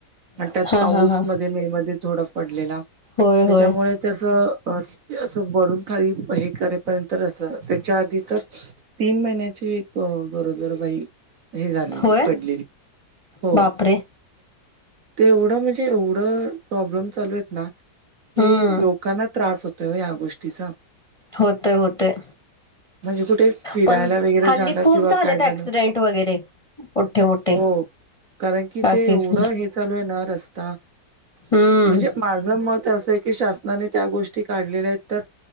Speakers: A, on the right; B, on the left.
A: आणि
B: हा
A: त्यात पाऊस
B: हा हा हा
A: मध्ये मे, मध्ये थोडा पडलेला.
B: होय
A: त्याच्यामुळे,
B: होय
A: त्यासं असं, भरून खाली हे करेपर्यंत, त्याच्या आधी तर तीन महिन्याची एक, गरोदर बाई हे, झालेली
B: होय
A: पडलेली, हो
B: बापरे
A: ते, एवढं म्हणजे एवढं प्रॉब्लेम चालू, आहेत ना, की
B: हम्म
A: लोकांना त्रास होतोय हो, या गोष्टीचा,
B: होतय, होतय,
A: म्हणजे कुठे फिरायला
B: पण
A: वगैरे
B: हल्ली,
A: जाणं
B: खूप
A: किंवा
B: झालेत
A: काय जाणं
B: ऍक्सिडेंट वगैरे, मोठे, मोठे,
A: हो. कारण कि ते,
B: असेच
A: एवढं हे चालू आहे न रस्ता,
B: हम्म
A: म्हणजे माझं मत अस आहे की, शासनाने त्या गोष्टी काढलेल्या आहेत तर,